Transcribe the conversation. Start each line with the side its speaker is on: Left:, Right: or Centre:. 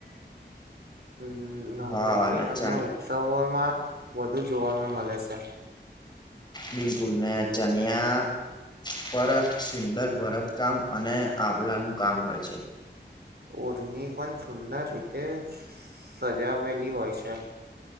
Right: હમ નવરાત્રી
Left: હા
Right: અને
Left: ચણ
Right: ઉત્સવોમાં વધુ જોવામા મલે છે.
Left: બિલકુલ ને ચનીયા પર સુંદર ભરત કામ અને આભલાં નું કામ હોય છે.
Right: ઓઢની પણ સુંદર રીતે સજાવેલી હોય છે.